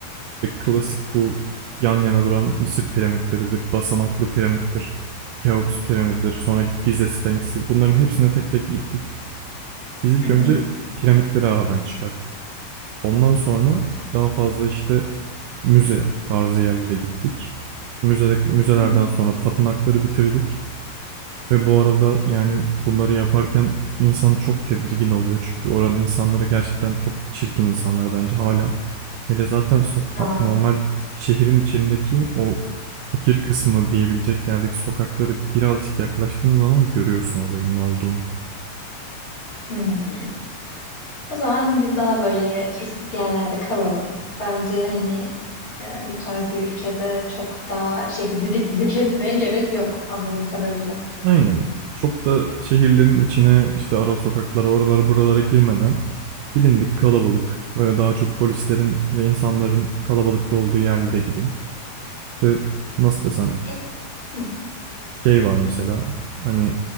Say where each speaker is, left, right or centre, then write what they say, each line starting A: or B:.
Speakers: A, on the right (about 75°); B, on the left (about 35°).
A: İşte klasik bu yan yana duran Mısır piramitleridir, basamaklı piramittir, Keops piramididir, sonra Gize Sphinx'i. Bunların hepsine tek tek gittik. Biz ilk
B: Hı hı.
A: önce piramitleri aradan çıkarttık. Ondan sonra daha fazla işte müze tarzı yerlere gittik. İşte müzelerden
B: Hı hı.
A: sonra tapınakları bitirdik. Ve bu arada yani bunları yaparken insan çok tedirgin oluyor. Çünkü oranın insanları gerçekten çok çirkin insanlar bence hala. Hele zaten sok
B: Aa,
A: normal şehrin içindeki o fakir kısmı diyebilecek yerdeki sokakları birazcık yaklaştığın zaman görüyorsun olayın ne olduğunu.
B: hmm. O zaman biz daha böyle turistik yerlerde kalalım. Bence hani e, bu tarz bir ülkede çok daha şehri <laughs> didik didik etmeye gerek yok anladığım kadarıyla.
A: Aynen. Çok da şehirlerin içine işte ara sokaklara oralara buralara girmeden bilindik kalabalık böyle daha çok polislerin ve insanların kalabalıkta olduğu yerlere gidin. İşte nasıl desem
B: E, hı,
A: Şey var mesela hani